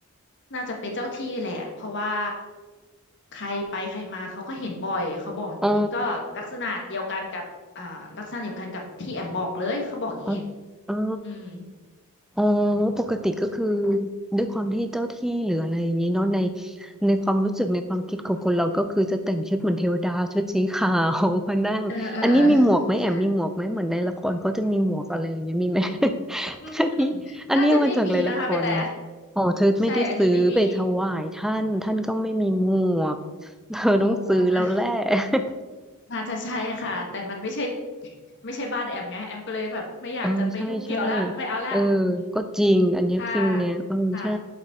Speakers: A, on the left; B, in the centre.
A: น่าจะเป็นเจ้าที่แหละเพราะว่าใครไปใครมาเขาก็เห็นบ่อยเขาบอกอย่างนี้ก็ลักษณะเดียวกันกับอ่าลักษณะเดียวกันกับที่แอมบอกเลยเขาบอกอย่างนี้
B: อ๋ออ๋ออ๋อ
A: อืม
B: เออปกติก็คือด้วยความที่เจ้าที่หรืออะไรอย่างนี้เนาะในในความรู้สึกในความคิดของคนเราก็คือจะแต่งชุดเหมือนเทวดาชุดสีขาวมานั่งอันนี้มีหมวกไหมแอมมีหมวกไหมเหมือนในละครเขาจะมีหมวกอะไรอย่างเงี้ยมีไหม
A: เออเออใช่
B: <laughs>
A: อืม
B: อันนี้อันนี้เอามาจากในละครนะ
A: น่าจะไม่มีนะคะไปแต่
B: อ๋อเธอไม่ได้ซื้อไปถวายท่านท่านก็ไม่มีหมวก
A: ใช่อันนี้ไม่มี
B: เธอต้องซื้อแล้วแหละ
A: โอ้
B: <laughs>
A: น่าจะใช่ค่ะแต่มันไม่ใช่ <laughs> ไม่ใช่บ้านแอมไงแอมก็เลยแบบไม่อยากจะไปยุ่งเกี่ยวละไม่เอาละอืม
B: เออใช่ใช่เออก็จริงอันเนี้ยฟิลเนี้ยเออใช่
A: ถ้าค่ะ